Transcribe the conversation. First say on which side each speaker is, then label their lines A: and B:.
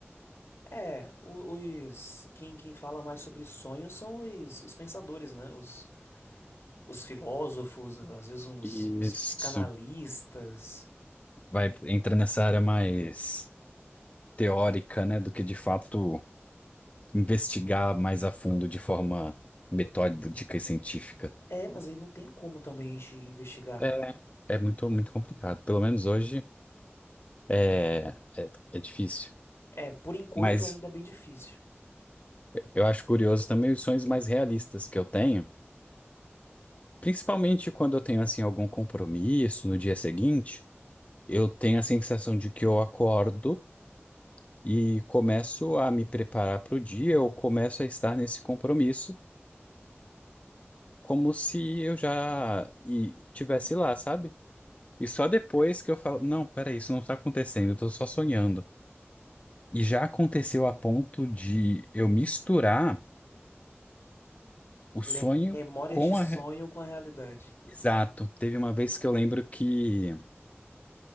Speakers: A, on the left (about 80°); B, on the left (about 30°).
A: É, o- os quem, quem fala mais sobre sonhos são os, os pensadores, né? Os, os filósofos, às vezes uns,
B: Isso
A: uns psicanalistas.
B: vai entra nessa área mais teórica, né, do que de fato investigar mais a fundo de forma metódica e científica.
A: É, mas aí não tem como também a gente investigar.
B: É, é muito, muito complicado. Pelo menos hoje é, é, é difícil.
A: É, por enquanto
B: Mas
A: ainda é bem difícil.
B: Eu acho curioso também os sonhos mais realistas que eu tenho, principalmente quando eu tenho assim algum compromisso no dia seguinte, eu tenho a sensação de que eu acordo e começo a me preparar para o dia, eu começo a estar nesse compromisso como se eu já e- tivesse lá, sabe? E só depois que eu falo, não, peraí, isso não está acontecendo, eu estou só sonhando. E já aconteceu a ponto de eu misturar o sonho
A: Lem- Memórias
B: com
A: de sonho
B: a... re-
A: com a realidade.
B: Exato. Teve uma vez que eu lembro que